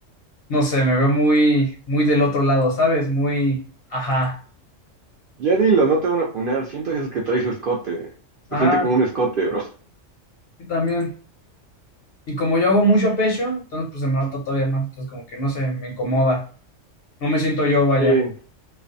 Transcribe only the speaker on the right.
Ya dilo, no te van a funar. Siento que es que traes escote. Se
siente como un escote, bro.
Sí,